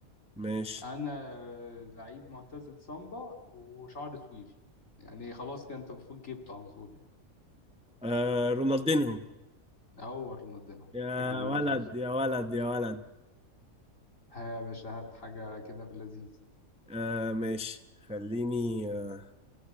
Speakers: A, in the centre; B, on the left (about 65°).
A: ماشي
B: انا لعيب معتزل صامبا وشعر طويل يعني خلاص كده انت المفروض جبته على طول يعني
A: آه رونالدينهو
B: هو رونالدينو
A: يا
B: حاج رونالدينو
A: ولد يا ولد يا ولد
B: ها يا باشا هات حاجة كده في اللذيذ
A: آه ماشي خليني آه